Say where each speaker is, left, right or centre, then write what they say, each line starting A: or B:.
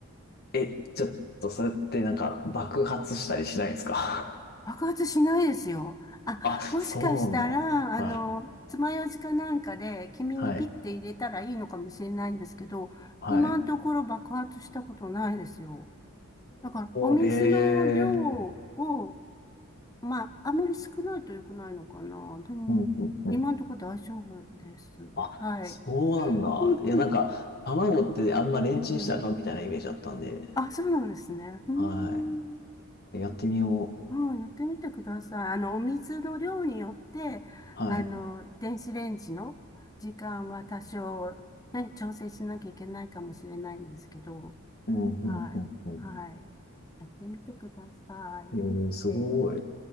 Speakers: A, on the left (about 45°); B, on the left (about 15°).
A: え、ちょっと、それってなんか爆発したりしないんですか
B: 爆発しないですよ。
A: <laughs>
B: あ、
A: あ、そうなんだ。
B: もしかしたら、あの、
A: はい。
B: 爪楊枝かなんかで、君にピッて入れたらいいのかもしれないんですけど、
A: はい。はい。
B: 今のところ爆発したことないですよ。だから、お水の量
A: おー、ええ
B: を、まあ、あまり少ないと良くないのかな。でも、
A: うん、うん、うん。
B: 今のところ大丈夫です。
A: あ、
B: はい。
A: そうなんだ。
B: <laughs>
A: いや、なんか、卵ってあんまレンチンしたらあかんみたいなイメージあったんで、
B: うんあ、そうなんですね。うーん
A: はい。やってみよ
B: もうやってみてください。あの、お水の量によって、
A: う。はい。
B: あの、電子レンジの時間は多少、ね、調整しなきゃいけないかもしれないんですけど、
A: うん、うん、
B: はい。
A: うん、うん。
B: はい。やってみてください。
A: ええすごい。
B: えー